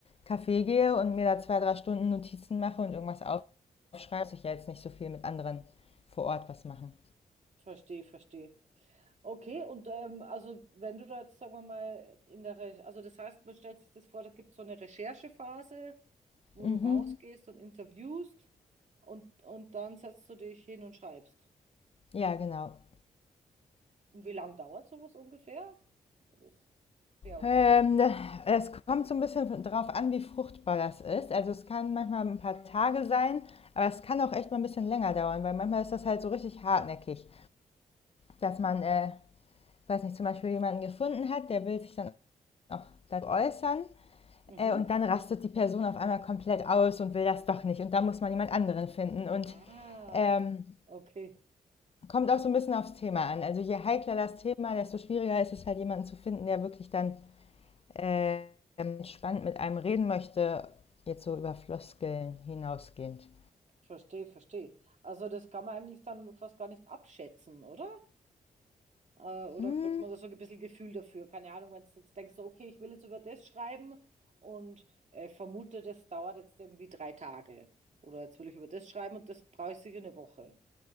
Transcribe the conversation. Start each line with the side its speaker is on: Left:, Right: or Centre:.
Left: Café gehe und mir da zwei, drei Stunden Notizen mache und irgendwas aufschreibe. Muss ich ja jetzt nicht so viel mit anderen vor Ort was machen.
Right: verstehe, verstehe. Okay, und ähm, also wenn du da jetzt, sagen wir mal, in der, Re also das heißt, man stellt sich das vor, da gibt es so eine Recherchephase, wo
Left: Mhm.
Right: du rausgehst und interviewst und, und dann setzt du dich hin und schreibst.
Left: Ja, genau.
Right: Und wie lange dauert sowas ungefähr? Das ist sehr unterschiedlich.
Left: Ähm, es kommt so ein bisschen drauf an, wie fruchtbar das ist. Also es kann manchmal ein paar Tage sein, aber es kann auch echt mal ein bisschen länger dauern, weil manchmal ist das halt so richtig hartnäckig. dass man, äh, weiß nicht, zum Beispiel jemanden gefunden hat, der will sich dann auch dazu äußern
Right: Mhm.
Left: äh, und dann rastet die Person auf einmal komplett aus und will das doch nicht und da muss man jemand anderen finden und
Right: Ah,
Left: ähm,
Right: okay,
Left: kommt auch so ein bisschen aufs Thema an. Also je heikler das Thema, desto schwieriger ist es halt jemanden zu finden, der wirklich dann äh, spannend mit einem reden möchte, jetzt so über Floskeln hinausgehend.
Right: verstehe, verstehe. Also das kann man eigentlich dann fast gar nicht abschätzen, oder? Äh, oder
Left: Hm,
Right: kriegt man da so ein bisschen Gefühl dafür? Keine Ahnung, wenn du jetzt denkst, so, okay, ich will jetzt über das schreiben und äh, vermute, das dauert jetzt irgendwie drei Tage. Oder jetzt will ich über das schreiben und das brauche ich sicher eine Woche.